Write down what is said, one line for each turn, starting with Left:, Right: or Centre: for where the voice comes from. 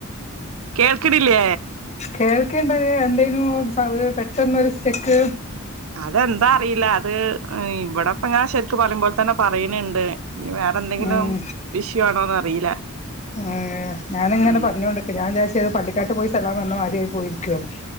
Right: കേൾക്കണില്ലേ
Left: കേൾക്കേണ് ണ്ട് എന്തേനു പെട്ടെന്നൊരു സ്റ്റെക്ക്
Right: അതെന്താ അറിയില്ല അത് ഇവിടെപ്പ ഞാൻ ശരിക്കും പറയുമ്പോല തന്നെ പറയണണ്ട് ഇഞി വേറെ വേറെന്തെങ്കിലും
Left: ഉം
Right: ഇഷ്യു ആണോന്ന് അറിയില്ല
Left: ഏഹ് ഞാനിങ്ങനെ
Right: ഉം
Left: പറഞ്ഞോണ്ട്ക്ക ഞാൻ വിചാരിച്ച് അത് പള്ളിക്കാട്ട് പോയി സലാം പറഞ്ഞ മാര്യായി പോയിരിക്കാന്